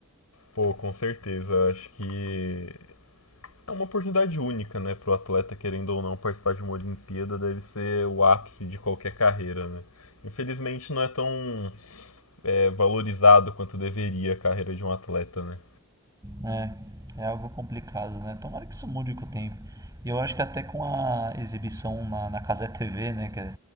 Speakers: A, on the left; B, on the right.
A: Pô, com certeza, eu acho que é uma oportunidade única, né, pro atleta, querendo ou não, participar de uma Olimpíada deve ser o ápice de qualquer carreira, né. Infelizmente não é tão é, valorizado quanto deveria a carreira de um atleta, né?
B: É, é algo complicado, né? Tomara que isso mude com o tempo. E eu acho que até com a exibição na, na Cazé TV, né? Que é